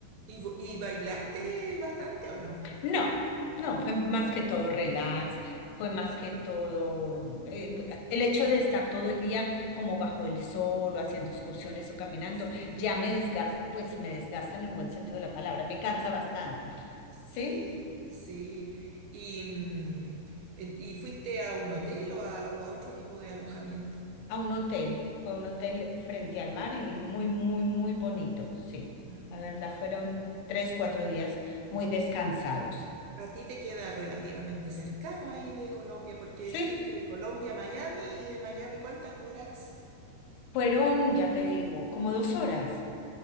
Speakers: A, on the right; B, on the left.
A: ¿Y, bo- y bailaste bastante o no?
B: no, no, fue más que todo relax, fue más que todo eh, el hecho de estar todo el día como bajo el sol o haciendo excursiones o caminando,
A: Sí,
B: ya me desgasta, pues me desgasta en el buen sentido de la palabra, me cansa bastante.
A: sí,
B: ¿Sí?
A: sí. ¿Y, mm, en- y fuiste a un hotel o a, o a otro tipo de alojamiento?
B: A un hotel, fue un hotel frente al mar y muy, muy, muy bonito, sí.
A: Ah,
B: La verdad, fueron
A: ok.
B: tres, cuatro días muy descansados.
A: A ti te queda relativamente cercano ahí de Colombia, porque
B: Sí,
A: dijiste de Colombia a Miami y de Miami, ¿cuántas horas?
B: fueron, ya te digo, como dos horas.